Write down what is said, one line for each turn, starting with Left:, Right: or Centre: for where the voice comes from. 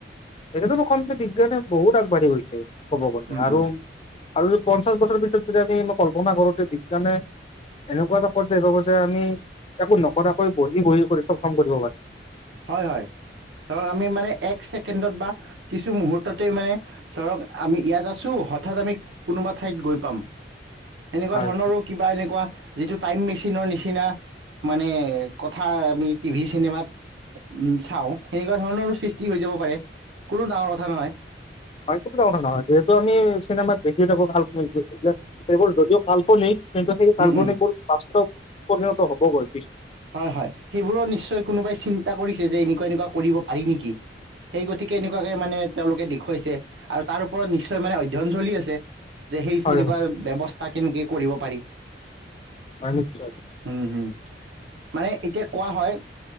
Left: এটোকেই মই কম যে বিজ্ঞানে বহুত আগবাঢ়ি গৈছে। ক'ব গলে
Right: উম,
Left: আৰু
Right: উম,
Left: আৰু যদি পঞ্চাশ বছৰৰ পিছত যদি আমি কল্পনা কৰোতে বিজ্ঞানে এনেকুৱা এটা পৰ্যায় পাব যে আমি একো নকৰাকৈ বহি বহি কৰি চব কাম কৰিব পাৰি।
Right: হয় হয় ধৰক আমি মানে এক ছেকেণ্ডত বা কিছু মুহূৰ্ততেই মানে ধৰক আমি ইয়াত আছো হঠাৎ আমি কোনোবা ঠাইত গৈ পাম সেনেকুৱা
Left: হয়
Right: ধৰণৰো কিবা এনেকুৱা যিটো টাইম মেচিনৰ নিচিনা মানে কথা আমি টিভি চিনেমাত উ চাও সেনেকুৱা ধৰণৰো সৃষ্টি হৈ যাব পাৰে কোনো ডাঙৰ কথা নহয়।
Left: হয় সেইো ডাঙনা নহয়। যিহেতু আমি চিনেমাত দেখিয়ে থাকো কাল্পনিক এইাক সেইবোৰ যদিও কাল্পনিক সেই কাপ্লনিক
Right: উম উম
Left: বোৰ বাস্তৱ পৰিণত হবগৈ
Right: হয় হয় সেইবোৰো নিশ্চয় কোনোবাই চিন্তা কৰিছে যে এনেকুৱা এনেকুৱা কৰিব পাৰি নেকি। সেই গতিকে এনেকুৱাকে মানে তেওঁলোকে দেখুৱাইছে আৰু তাৰ ওপৰত নিশ্চয় মানে অধ্যয়ন চলি আছে। যে সেই
Left: হয়
Right: তেনেকুৱা ব্যৱস্থা কেনেকে কৰিব পাৰি
Left: হয় নিশ্চয়
Right: উম হম মানে এতিয়া কোৱা হয়